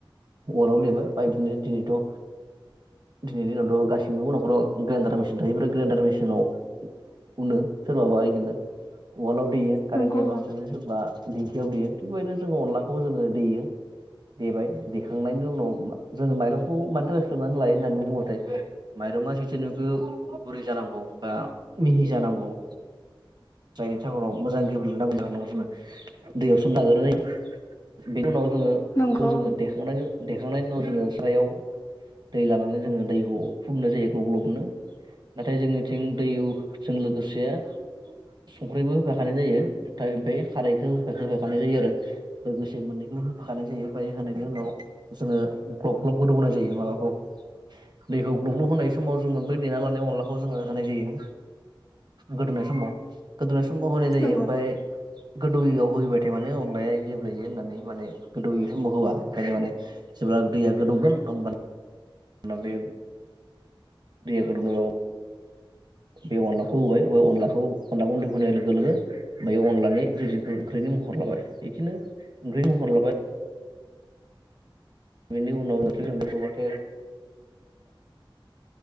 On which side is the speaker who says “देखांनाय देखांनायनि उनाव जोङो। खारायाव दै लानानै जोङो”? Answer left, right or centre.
Right